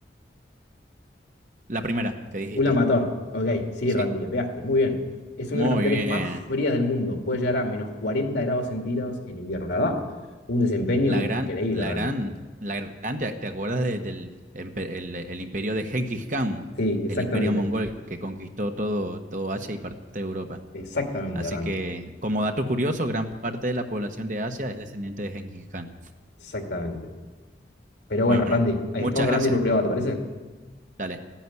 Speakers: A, on the right; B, on the left.
A: La primera que dijiste.
B: Ulan Bator. Ok, sí,
A: Sí.
B: Randy, le pegaste. Muy bien. Es
A: Muy
B: una de las capitales
A: bien.
B: más frías del mundo. Puede llegar a menos 40 grados centígrados en invierno, la verdad. Un desempeño
A: La
B: increíble,
A: gran, la
B: Randy.
A: gran, la gran, ¿te, te acuerdas de- del empe- el, el imperio de Genghis Khan,
B: Sí, exactamente.
A: el imperio mongol que conquistó todo, todo Asia y parte de Europa?
B: Exactamente,
A: Así
B: Randy.
A: que, como dato curioso, gran parte de la población de Asia es descendiente de Genghis Khan.
B: Exactamente. Pero
A: Bueno,
B: bueno, Randy, ahí
A: muchas
B: estamos hablando
A: gracias.
B: y por privado, ¿te parece?
A: Dale.